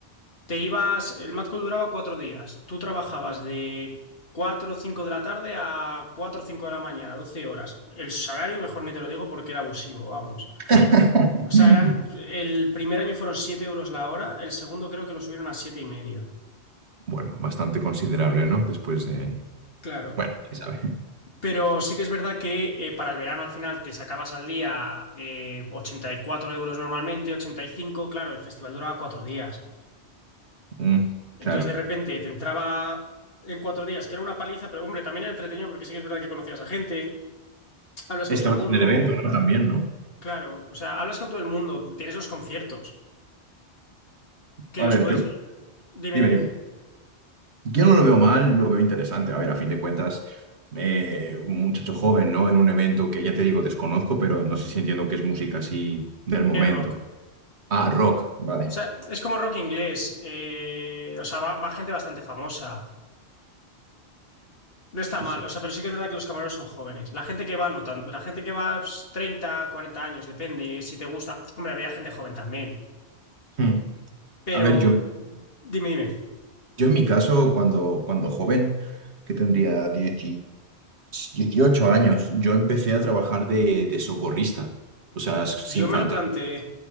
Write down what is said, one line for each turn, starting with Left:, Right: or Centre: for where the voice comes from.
Left: te ibas, el Mad Cool duraba cuatro días, tú trabajabas de 4 o 5 de la tarde a 4 o 5 de la mañana, 12 horas. El salario, mejor ni te lo digo porque era abusivo, vamos.
Right: <laughs>
Left: O sea, eran, el primer año fueron 7 euros la hora, el segundo creo que lo subieron a siete y medio.
Right: Bueno, bastante considerable, ¿no? Después de...
Left: Claro,
Right: Bueno, quién sabe.
Left: Pero sí que es verdad que eh, para el verano al final te sacabas al día eh, 84 euros normalmente, ochenta y cinco claro, el festival duraba cuatro días.
Right: Mm,
Left: Entonces
Right: claro.
Left: de repente te entraba en cuatro días, que era una paliza, pero hombre, también era entretenido porque sí que es verdad que conocías a gente, hablas con
Right: Este
Left: todo el
Right: va
Left: mundo,
Right: a ser el evento, ¿no? También, ¿no?
Left: claro, o sea, hablas con todo el mundo, tienes los conciertos, que
Right: A
Left: los
Right: ver,
Left: puedes...
Right: yo,
Left: Dime,
Right: dime,
Left: dime,
Right: dime. yo no lo veo mal, lo veo interesante. A ver, a fin de cuentas, eh, un muchacho joven, ¿no? En un evento que ya te digo, desconozco, pero no sé si entiendo que es música así del momento.
Left: es rock.
Right: Ah, rock, vale.
Left: O sea, es como rock inglés, eh, o sea, va, va gente bastante famosa. No está
Right: Pues,
Left: mal,
Right: sí.
Left: o sea, pero sí que es verdad que los camareros son jóvenes. La gente que va notando, la gente que va pues, 30, 40 años, depende si te gusta. Hombre, había gente joven también.
Right: Hmm.
Left: Pero
Right: A ver, yo,
Left: dime, dime,
Right: yo en mi caso, cuando, cuando joven, que tendría 10 18 años, yo empecé a trabajar de, de socorrista. O sea, sin
Left: yo me
Right: faltar
Left: lo planteé